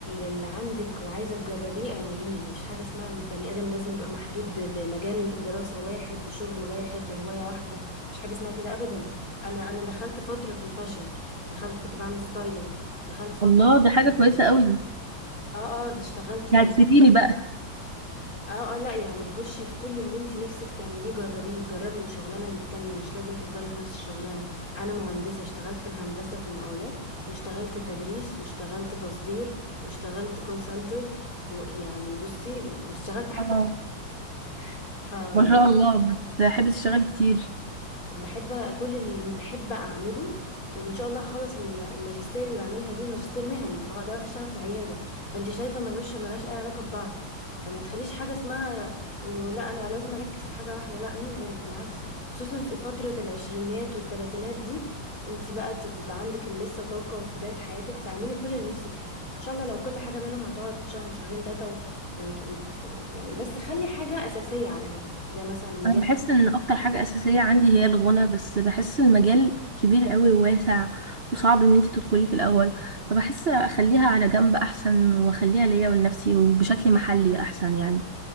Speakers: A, on the left; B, on the right.
A: اللي عندك وعايزه تجربيه اعمليه ما فيش حاجه اسمها البني ادم لازم يبقى محدود ب... بمجال دراسه واحد بشغل واحد بهوايه واحده مش حاجه اسمها كده ابدا انا انا دخلت فتره في الفاشن دخلت كنت بعمل ستايلينج دخلت فتره
B: الله ده حاجه
A: في...
B: كويسه قوي دي
A: اه اه دي اشتغلت في
B: دي هتفيديني
A: ال...
B: بقى
A: اه اه لا يعني خشي في كل اللي انت نفسك تعمليه جربيه جربي من شغلانه للتانيه مش لازم تفضلي في نفس الشغلانه انا مهندسه اشتغلت في الهندسه في المقاولات واشتغلت تدريس واشتغلت تصدير واشتغلت كول سنتر ويعني بصي واشتغلت حتى
B: اه
A: في <laughs> الحكومة.
B: ما شاء الله بتحبي تشتغلي كتير
A: بحب كل اللي بحب اعمله وان شاء الله هخلص ال- الماجستير اللي بعملها دي ماجستير مهني فهقدر اروح اشتغل في عياده فانت شايفه ملوش ملهاش اي علاقه ببعض فما تخليش حاجه اسمها انه لا انا لازم اركز في حاجه واحده لا مين قال بالعكس خصوصا في فتره العشرينات والثلاثينات دي انت بقى تبقى عندك لسه طاقه وفي بدايه حياتك فاعملي كل اللي نفسك فيه ان شاء الله لو كل حاجه منهم هتقعد شهر شهرين ثلاثه وت... وت... يعني بس خلي حاجه اساسيه على جنب زي مثلا مجال
B: انا بحس ان اكتر حاجة اساسية عندي هي الغنى بس بحس المجال كبير قوي وواسع وصعب ان انت تدخليه في الاول فبحس اخليها على جنب احسن واخليها ليا ولنفسي وبشكل محلي احسن يعني